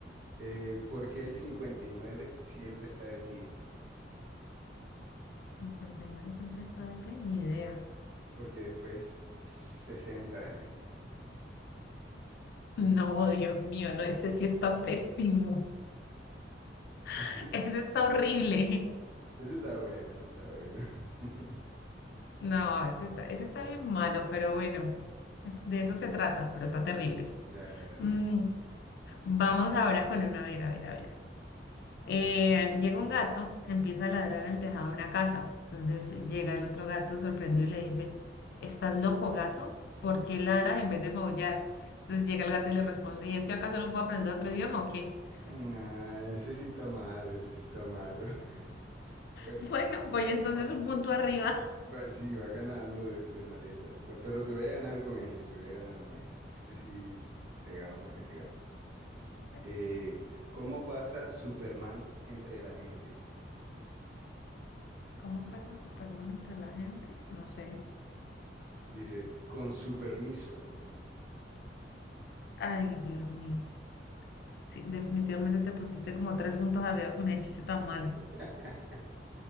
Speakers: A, on the right; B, on the left.
A: Eh, ¿por qué el 59 siempre está de pie?
B: Cincuenta y nueve siempre está de pie, ni idea.
A: Porque después sesenta. <laughs>
B: No, Dios mío, no, ese sí está pésimo.
A: Ese
B: <laughs> Ese está horrible.
A: ese está bueno, ese está bueno. <laughs>
B: No, ese está, ese está bien malo, pero bueno, es- de eso se trata, pero está terrible.
A: Dale, dale.
B: Mm, vamos ahora con una, a ver, a ver, a ver. Eh,
A: Mm,
B: llega un gato, empieza a ladrar en el tejado de una casa. Entonces llega el otro gato sorprendido y le dice, ¿Estás loco, gato? ¿Por qué ladras en vez de maullar? Entonces llega el gato y le responde, ¿y es que acaso no puedo aprender otro idioma o qué? <laughs>
A: Ah, ese sí está malo, ese sí está malo. <laughs> Bueno,
B: Bueno, voy entonces
A: vamos-
B: un punto arriba.
A: va- sí, va ganando de, de maleta. Pero te voy a ganar con este, te voy a ganar con este. Este sí te gano porque te gano.
B: Aquí.
A: Eh, ¿cómo pasa Superman entre la gente?
B: ¿Cómo pasa Superman entre la gente? No sé.
A: Dice, con su permiso.
B: Ay, Dios mío. Sí, definitivamente te pusiste como tres puntos arriba con el chiste tan malo.
A: <laughs>